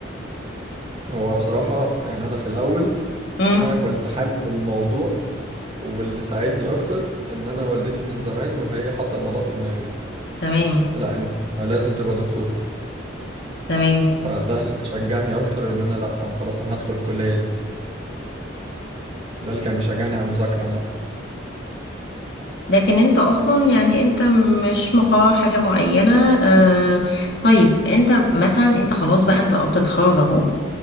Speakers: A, on the right (about 30°); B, on the left (about 55°).
A: هو بصراحة يعني انا في الاول
B: امم
A: انا كنت حابب الموضوع واللي ساعدني اكتر ان انا والدتي من زمان وهي حاطة الموضوع في دماغي
B: تمام
A: لا انت لازم تبقى دكتور
B: تمام
A: فده اللي شجعني اكتر ان انا لا انا خلاص انا هدخل الكلية دي ده اللي كان بيشجعني على المذاكرة عامة
B: لكن انت اصلا يعني انت مش مقرر حاجة معينة آه طيب انت مثلا انت خلاص بقى انت قربت تتخرج اهو